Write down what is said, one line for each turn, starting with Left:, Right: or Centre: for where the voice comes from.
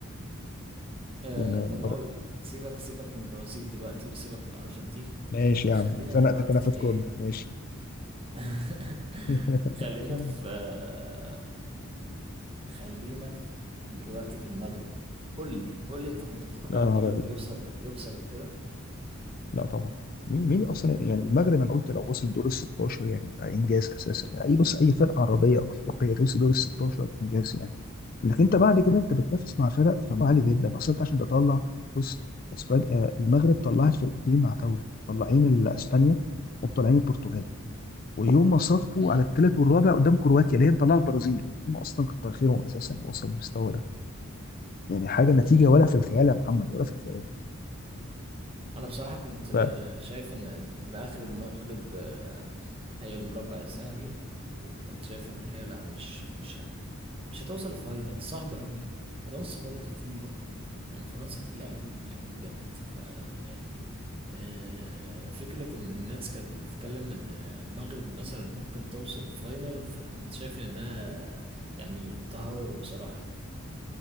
Right: أه
Left: يعني
Right: طب
Left: بر...
Right: هقول لك سيبك سيبك من البرازيل دلوقتي وسيبك من الأرجنتين
Left: ماشي يا
Right: خلينا
Left: عم زنقتك
Right: دلوقتي
Left: انا
Right: في
Left: في الكورنر
Right: إيه
Left: ماشي
Right: <laughs>
Left: <laughs>
Right: خلينا في آه، خلينا في دلوقتي في المغرب قول لي قول لي أنت كنت متوقع
Left: يا
Right: المغرب
Left: نهار ابيض
Right: يوصل يوصل لكده
Left: لا طبعا مين مين اصلا يعني المغرب انا قلت لو وصل دور ال 16 يعني يبقى انجاز اساسا يعني اي بص اي فرقه عربيه أو افريقيه توصل دور ال 16 انجاز يعني لكن انت بعد كده انت بتنافس مع فرق فما عالي جدا اصلا انت عشان تطلع بص اسبانيا آه، المغرب طلعت فرقتين مع طاوله يعني طلعين ال- اسبانيا ومطلعين البرتغال ويوم ما صفوا
Right: امم
Left: على الثالث والرابع قدام كرواتيا اللي هي طلعت البرازيل يعني هم اصلا كتر خيرهم اساسا وصلوا للمستوى ده يعني حاجه نتيجه
Right: امم
Left: ولا في الخيال يا محمد ولا في الخيال
Right: أنا بصراحة كنت آه،
Left: ف
Right: شايف إن إن آخر المغرب آه، هي المربع الذهبي وكنت شايف إن هي لا مش مش مش هتوصل الفاينل صعب قوي فرنسا برضه تقيلة يعني فرنسا تقيلة قوي قوي بجد فيعني آه، فكرة إن الناس كانت بتتكلم إن المغرب مثلا ممكن توصل فاينل فأنا كنت شايف إن ده يعني تهور بصراحة